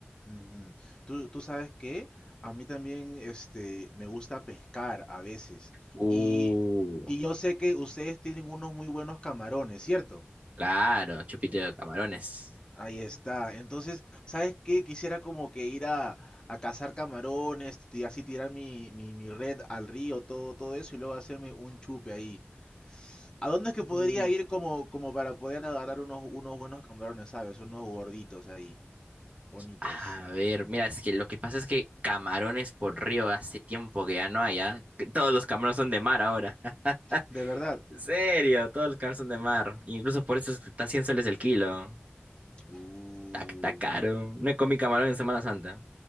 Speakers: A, on the left (about 20°); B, on the right (about 35°).
A: Ujú. Tú, tú sabes que a mí también este, me gusta pescar a veces.
B: Uh,
A: Y, y yo sé que ustedes tienen unos muy buenos camarones, ¿cierto?
B: claro, chupito de camarones.
A: Ahí está. Entonces, ¿sabes qué? Quisiera como que ir a, a cazar camarones y así tirar mi, mi, mi red al río, todo, todo eso, y luego hacerme un chupe ahí. ¿A dónde es
B: Uh,
A: que podría ir como, como para poder agarrar unos, unos buenos camarones, ¿sabes? Unos gorditos ahí, bonitos.
B: A ver, mira, es que lo que pasa es que camarones por río hace tiempo que ya no hay, ¿ah? Que Todos los camarones son de mar ahora. <laughs>
A: ¿De verdad?
B: En serio, todos los camarones son de mar. Incluso por eso es que está 100 soles el kilo.
A: Uy,
B: Está, está caro. No he comido camarón en Semana Santa.